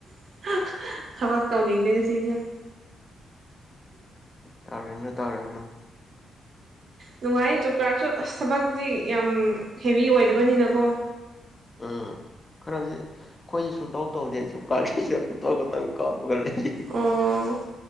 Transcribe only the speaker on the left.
ꯇꯥꯔꯅꯨ ꯇꯥꯔꯅꯨ
ꯎꯝ ꯈꯔꯗꯤ ꯑꯩꯈꯣꯏꯗꯤ ꯁꯨꯡꯇꯧ ꯇꯧꯗꯦ ꯖꫭꯕ ꯀꯥꯔꯗ ꯀꯤꯁꯦ ꯐꫭꯇꫭ ꯈꯛꯇꯪ ꯀꯥꯞꯄꯒ ꯂꯩꯌꯦ